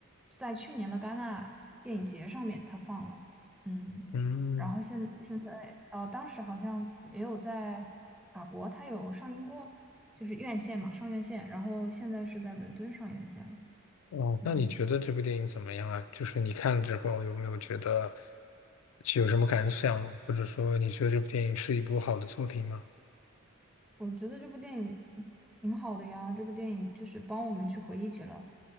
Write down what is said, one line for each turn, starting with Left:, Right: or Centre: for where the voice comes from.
Centre: 在去年的戛纳电影节上面它放了，嗯，
Left: 嗯，
Centre: 然后现现在哦，当时好像也有在法国它有上映过，就是院线嘛，上院线，然后现在是在伦敦上院线了，
Left: 哦，
Centre: 嗯。
Left: 那你觉得这部电影怎么样啊？就是你看了之后有没有觉得有什么感想吗？或者说你觉得这部电影是一部好的作品吗？
Centre: 我觉得这部电影挺好的呀，这部电影就是帮我们去回忆起了，